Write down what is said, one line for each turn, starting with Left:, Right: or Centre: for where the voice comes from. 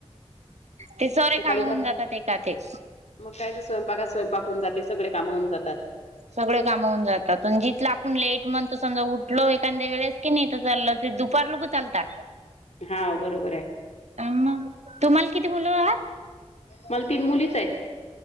Right: ते सरे
Left: सकाळी
Right: कामहन
Left: भर
Right: जातात एका एक.
Left: मग काय तर स्वयंपाकात स्वयंकून जाते सगळे कामाहून जातात.
Right: सगळे कामाहून जातात जिथलं आपण लेट म्हणत समजा उठलो एखाद्या वेळेस की नाही तर चाललं. दुपार लघू चालतात.
Left: हा बरोबर आहे.
Right: अम तुम्हाला किती मुलं आहात.
Left: मला तीन मुलीच आहेत.